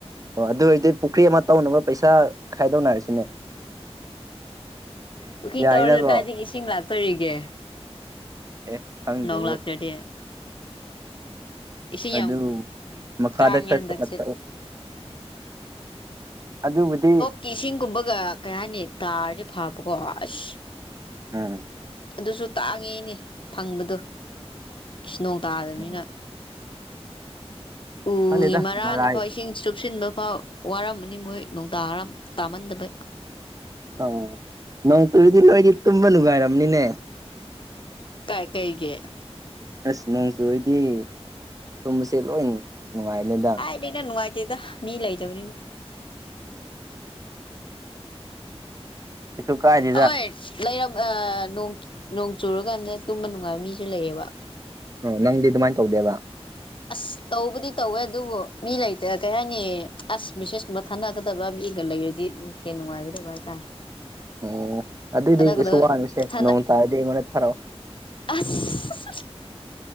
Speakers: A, on the right (about 30°); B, on the left (about 50°).
A: ꯑꯣ ꯑꯗꯨ ꯑꯣꯏꯔꯗꯤ ꯄꯨꯈ꯭ꯔꯤ ꯑꯃ ꯇꯧꯅꯕ ꯄꯩꯁꯥ ꯈꯥꯏꯗꯣꯅꯔꯁꯤꯅꯦ
B: ꯄꯨꯈ꯭ꯔꯤ
A: ꯌꯥꯏꯅꯀꯣ
B: ꯇꯧꯔꯁꯨ ꯀꯥꯏꯗꯒꯤ ꯏꯁꯤꯡ ꯂꯥꯛꯇꯣꯔꯤꯒꯦ
A: ꯑꯦ ꯈꯪꯗ꯭ꯔꯦꯕꯨ
B: ꯅꯣꯡ ꯂꯥꯛꯇ꯭ꯔꯗꯤ ꯏꯁꯤꯡ
A: ꯑꯗꯨ
B: ꯌꯥꯝ
A: ꯃꯈꯥꯗ
B: ꯇꯥꯡꯉꯦ
A: ꯈꯔ
B: ꯍꯟꯗꯛꯁꯦ
A: ꯑꯗꯨꯕꯨꯗꯤ
B: ꯀꯤ ꯏꯁꯤꯡꯒꯨꯝꯕꯒ ꯀꯩ ꯍꯥꯏꯅꯤ ꯇꯥꯔꯗꯤ ꯐꯥꯕꯀꯣ ꯑꯁ
A: ꯎꯝ
B: ꯑꯗꯨꯁꯨ ꯇꯥꯡꯉꯤꯅꯦ ꯐꯪꯕꯗꯣ ꯏꯁ ꯅꯣꯡ ꯇꯥꯗꯕꯅꯤꯅ
A: ꯎꯝ
B: ꯎꯏ
A: ꯈꯪꯗꯦꯗ
B: ꯃꯔꯥꯅꯐꯥꯎ
A: ꯃꯔꯥꯏ
B: ꯏꯁꯤꯡ ꯆꯨꯞꯁꯤꯟꯕ ꯐꯥꯎ ꯋꯥꯔꯝꯃꯅꯤ ꯃꯣꯏ ꯅꯨꯡ ꯇꯥꯔꯝ-ꯇꯥꯃꯟꯗꯕꯩ
A: ꯑ ꯅꯣꯡ ꯆꯨꯔꯤꯗꯤ ꯅꯣꯏꯗꯤ ꯇꯨꯝꯕ ꯅꯨꯡꯉꯥꯏꯔꯝꯅꯤꯅꯦ
B: ꯀꯥꯏ ꯀꯩꯒꯤ
A: ꯑꯁ ꯅꯣꯡꯆꯨꯔꯗꯤ ꯇꯨꯝꯕꯁꯦ ꯂꯣꯏ ꯅꯨꯡꯉꯥꯏꯅꯦꯗ
B: ꯈꯪꯗꯦꯗ ꯅꯨꯡꯉꯥꯏꯇꯦꯗ ꯃꯤ ꯂꯩꯇꯕꯅꯤꯅ
A: <unintelligible> ꯀꯩꯁꯨ ꯀꯥꯏꯗꯦ
B: ꯍꯣꯏ ꯂꯩꯔꯝ ꯑ ꯅꯣꯡ ꯆꯨꯔꯀꯥꯟꯗ ꯇꯨꯝꯕ ꯅꯨꯡꯉꯥꯏꯕ ꯃꯤꯁꯨ ꯂꯩꯌꯦꯕ
A: ꯑꯣ ꯅꯪꯗꯤ ꯑꯗꯨꯃꯥꯏꯅ ꯇꯧꯗꯦꯕ
B: ꯑꯁ ꯇꯧꯕꯗꯤ ꯇꯧꯋꯦ ꯑꯗꯨꯕꯨ ꯃꯤ ꯂꯩꯇꯦ ꯀꯩꯍꯥꯏꯅꯤ ꯑꯁ ꯃꯤꯁꯦꯁ ꯊꯥꯅꯒꯗꯕ ꯃꯤꯒ ꯂꯩꯔꯗꯤ ꯍꯦꯟꯅ ꯅꯨꯡꯉꯥꯏꯒꯗꯕ ꯍꯥꯏꯇꯥꯔꯦ
A: ꯑꯣ ꯑꯗꯨꯑꯣꯏꯗꯤ
B: ꯊꯥꯅꯒꯗꯕ
A: ꯀꯩꯁꯨ ꯋꯥꯔꯨꯅꯨꯁꯦ
B: ꯊꯥꯅ
A: ꯅꯣꯡ ꯇꯥꯔꯗꯤ ꯑꯩꯉꯣꯟꯗ ꯊꯥꯔꯛꯑꯣ
B: ꯑꯁ